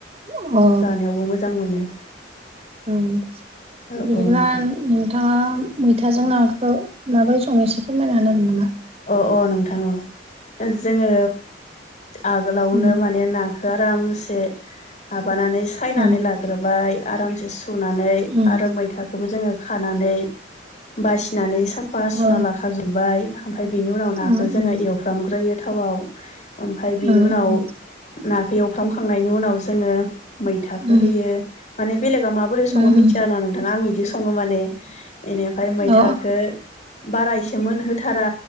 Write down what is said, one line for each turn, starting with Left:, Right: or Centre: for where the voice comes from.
Right: अ
Left: जानायावबो मोजां मोनो।
Right: ओं
Left: औ
Right: बिदिब्ला
Left: औ नोंथां
Right: नों थाङा मैथाजों नाखौ माबोरै सङो, एसे फोरमायना हागोन नामा?
Left: अ अ नोंथां अ, जोङो आगोलावनो
Right: उम
Left: माने ना खो आरामसे माबानानै सायनानै
Right: उम
Left: लाग्रोबाय आरामसे सुनानै
Right: उम
Left: आरो मैथाखौबो जोङो खानानै बासिनानै साफा
Right: अ
Left: सुना लाखा जुब्बाय, ओमफ्राय बेनि उनाव नाखौ
Right: उम उम
Left: जोङो एवफ्रामग्रोयो थावआव। ओमफफ्राय बेनि
Right: उम
Left: उनाव
Right: उम
Left: नाखौ एवफ्रामखांनायनि उनाव जोङो मैथाखो
Right: उम
Left: होयो माने बेलेगा मा बोरै सङो
Right: उम
Left: मिथिया
Right: उम
Left: ना नोंथां, आं बिदि सङो माने। बेनिफ्राय मैथाखौ
Right: उम अ
Left: बारा एसे मोनहोथारा